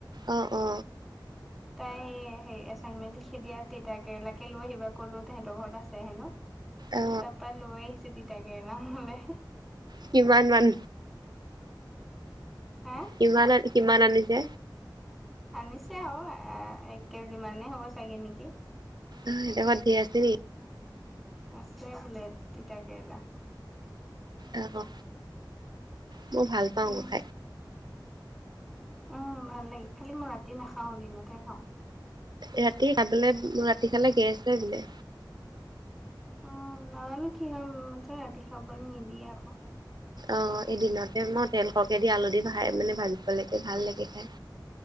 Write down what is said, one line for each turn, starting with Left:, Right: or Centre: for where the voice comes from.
Right: অ', অ।
Centre: তাই হেৰি এচাইনমেণ্ট লিখি দিয়া, তিতা কেৰেলাকে লৈ আহিবা ক'লো তেহেতৰ ঘৰত আছে হেনো।
Right: অ
Centre: তাৰপা লৈ আহিছে তিতাকেৰেলা মোলে।
Right: কিমান মান?
Centre: হা?
Right: কিমান আন কিমান আনিছে?
Centre: আনিছে আৰু এ এক কেজি মানেই হ'ব চাগে নেকি।
Right: অ সেঁতৰ ঘৰত ধেৰ আছে নেকি?
Centre: আছে বোলে, তিতা কেৰেলা।
Right: অ, অ মই ভাল পাও
Centre: উম
Right: খাই
Centre: উম ভাল লাগে, খালি মই ৰাতি নাখাও দিনতহে খাও।
Right: ৰাতি খাবলৈ ৰাতি খালে গেছ হয় বোলে
Centre: অ নাজানো কি হয় মুঠতে ৰাতি খাবলৈ নিদিয়ে আকৌ।
Right: অ এদিনতে মই তেল সৰকে দি আলু দি খাই
Centre: উম
Right: মানে ভাজিব লাগে ভাল লাগে খাই।